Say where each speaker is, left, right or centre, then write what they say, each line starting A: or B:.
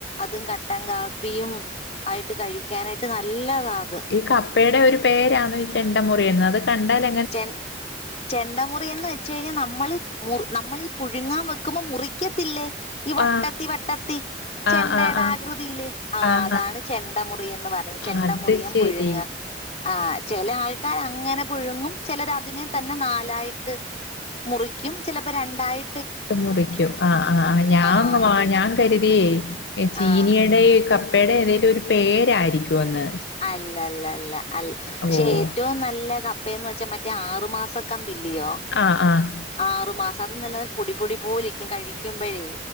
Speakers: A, on the left; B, on the left.
A: അതും കട്ടൻ കാപ്പിയും ആയിട്ട് കഴിക്കാനായിട്ട് നല്ലതാ അത്
B: ഈകപ്പയുടെ ഒരു പേരാണോ ചെണ്ട മുറിയൻന്ന് അത് കണ്ടാല്
A: ചെ ചെണ്ട മുറിയൻന്ന് വെ ച്ചെയിഞ്ഞ നമ്മള് മുറി നമ്മളീ പുഴുങ്ങാൻ വെക്കുമ്പോ മുറിക്കത്തില്ലേ ഈ വട്ടത്തി
B: ആഹ്
A: വട്ടത്തി ചെണ്ടയുടെ
B: ആഹ് ആഹ്
A: ആകൃതിയില് ആ
B: ആഹ്
A: അതാണ് ചെണ്ട മുറിയൻന്ന് പറഞ് ചെണ്ട
B: ആഹ് അത്
A: മുറിയൻ
B: ശരി
A: പുഴുങ്ങ ആഹ് ചെല ആൾക്കാർ അങ്ങനെ പുഴുങ്ങും ചെലര് അതിനെ തന്നെ നാലായിട്ട് മുറിക്കും ചെലപ്പോ രണ്ടായി
B: മുറിക്കും ആ ആ ഞാ
A: ആഹ് അതും
B: ഞാൻ കരുതിയേ ചീനിയുടെ
A: ആഹ്
B: ക പ്പേടെ ഏതേലും ഒരു പേരായിരിക്കുംന്ന്
A: അല്ല അല്ല അല്ല അല് പക്ഷെ
B: ഓഹ്
A: ഏറ്റോം നല്ല ക പ്പേന്ന് വെച്ച മറ്റേ ആറുമാസംക്കമ്പില്ലയോ
B: ആഹ് ആഹ്
A: ആറു മാസം അത് നല്ല പൊടിപൊടി പോലിരിക്കും കഴിക്കുമ്പഴേ